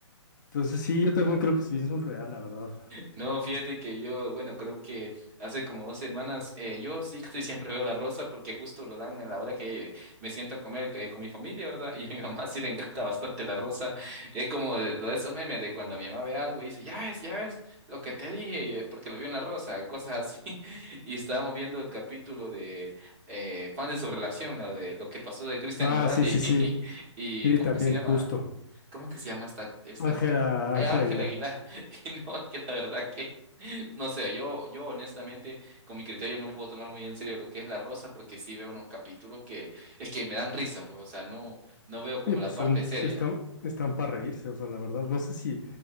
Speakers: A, on the left (about 40°); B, on the right (about 25°).
A: Entonces sí, yo también creo que sí es un real la verdad.
B: No, fíjate que yo, bueno, creo que hace como dos semanas, eh, yo sí <laughs> casi siempre veo la rosa porque justo lo dan a la hora que me siento a comer eh, con mi familia, ¿verdad? Y a mi mamá sí le encanta <laughs> bastante la rosa. Es como de- lo de esos memes de cuando mi mamá ve algo y dice, ya ves, ya ves, lo que te dije, eh, porque lo vio en la rosa, y cosas así. <laughs> Y estábamos viendo el capítulo de eh, Fan de su relación, lo de lo que pasó de Christian
A: Ah,
B: Nodal
A: sí,
B: y,
A: sí,
B: <laughs>
A: sí,
B: y,
A: sí,
B: y ¿cómo
A: también,
B: es que se llama?
A: justo.
B: ¿Cómo que se llama esta, esta,
A: Ángela,
B: no, eh,
A: Ángela
B: Ángela
A: Aguilar.
B: Aguilar? <laughs> Y no, que la verdad que, <laughs> no sé, yo, yo honestamente, con mi criterio no puedo tomar muy en serio lo que es La Rosa, porque sí veo unos capítulos que, es que me dan risa, pues, o sea, no, no veo como
A: Sí, pues
B: la parte
A: son, pues,
B: seria.
A: están, están para reírse, o sea, la verdad, no sé si,